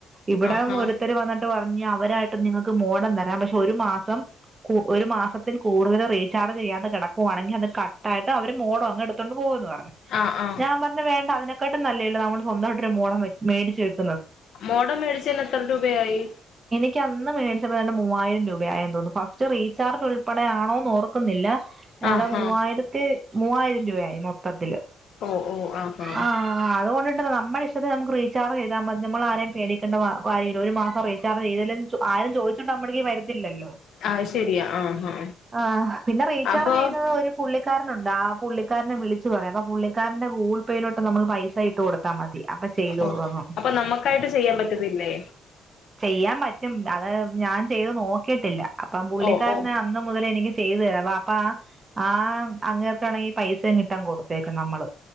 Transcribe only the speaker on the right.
ഇവിടം
ഒരുത്തർ വന്നിട്ട് പറഞ്ഞ് അവരായിട്ട് നിങ്ങക്ക് മോഡ തരാം പക്ഷെ ഒരു മാസം ഒരു മാസത്തിൽ കൂടുതൽ റീചാർജ് ചെയ്യാതെ കിടക്കുവാണെങ്കിൽ അ കട്ടായിട്ട് അവര് മോടോ അങ് എടുത്തോണ്ട് പോകുന്നു
ഞാൻ പറഞ്ഞ വേണ്ട അതിനൊക്കെട്ടും നല്ലേള്ളൂ നമ്മള് സ്വന്തമായിട്ട്രു മോളം വ മേടിച്ച് വക്കും
എനിക്ക് അന്ന് മേടിച്ചണ്ട് മൂവായിരം രൂപയായ തോന്ന ഫസ്റ്റ് റീചാജ് ഉൾപ്പെടെ ആണോന്ന് ഓർക്കുന്നില്ല എടെ
മൂവായിരത്തി മൂവായിരം രൂപയായി മൊത്തത്തില്ൽ
ആ അതൊണ്ടണ്ട് നമ്മ ഇഷ്ടത്തെ നമുക്ക് റചാർജ്താൽ മതി നമ്മ ആരേും പേടേണ്ട കാര്യമല്ല ഒരു മാസം അറ വിച്ചാ ചെയ്തും ആരും ചോദിച്ചിട്ട് നമ്മടേക്ക് വരല്ലോ
ആഹ് പിന്നെ റീചാർജ്
ചെയ്യുന്നത് ഒരു പുള്ളിക്കാരനുണ്ട് ആ പുള്ള ക്കാരനെ വിളിച്ച പറയാം അ പുള്ളിക്കാരന്റെ ഗൂഗിൾേയിലോട്ട്മ്മൾ പൈസ ഇട്ട് കൊടുത്താൽ മതി അപ്പൊ ചെയ്തോളൂ
അങ്ങ്
ചെയ്യാൻ പറ്റും. അത് ഞാൻ ചെയ്ത് നോക്കിയിട്ടില്ല അപ്പം പുള്ളിക്കാരന്
അന്ന് മുതൽ എനിക്ക് ചെയ്തു തരാം അപ്പ ആ അങ്ങേർക്കാണെങ്കിൽ പൈസയും കിട്ടാൻ കൊടുത്തേക്കെ നമ്മള്